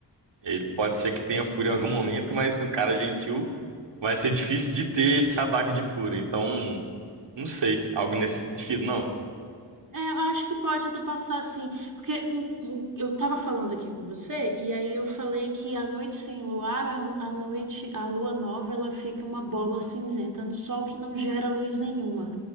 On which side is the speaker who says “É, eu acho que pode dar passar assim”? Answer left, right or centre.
Right